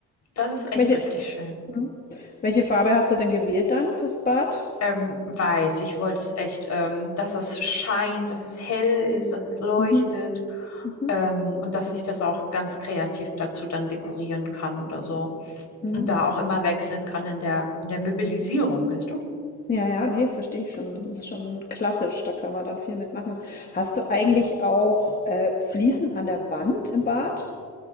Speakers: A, on the left; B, on the left.
A: das ist echt
B: Welche,
A: richtig schön.
B: mhm. welche Farbe hast du denn gewählt dann fürs Bad?
A: Ähm, weiß, ich wollte es echt, ähm, dass das scheint, dass es hell ist, dass es leuchtet,
B: Mhm. Mhm.
A: ähm, und dass ich das auch ganz kreativ dazu dann dekorieren kann oder so.
B: Mhm.
A: Und da auch immer wechseln kann in der, in der Möbelisierung, weißt du?
B: Ja, ja, nee, verstehe ich schon.
A: Mhm.
B: Das ist schon klassisch. Da kann man dann viel mitmachen. Hast du eigentlich auch äh, Fliesen an der Wand im Bad?